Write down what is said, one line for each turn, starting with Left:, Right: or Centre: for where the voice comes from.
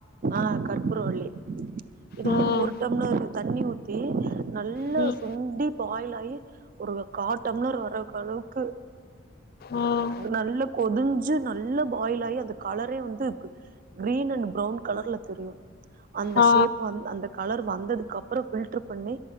Right: ஆ கர்ப்பூரவள்ளி இது
Left: ம்
Right: வந்து ஒரு டம்லர் தண்ணி ஊத்தி நல்ல
Left: ம்
Right: சுண்டி பாயில் ஆயி ஒரு கா டம்லர் வரக்க அளவுக்கு
Left: ம்
Right: நல்லா கொதிஞ்சு ஞ்சு நல்ல பாயில் ஆயி அந்த கலரே வந்து கிரீன் அண்ட் ப்ரவுன் கலர்ல தெரியு அந்த
Left: ஆ
Right: ஷேப் வந்து அந்த கலர் வந்ததுக்கு அப்றோ ஃபில்டர் பண்ணி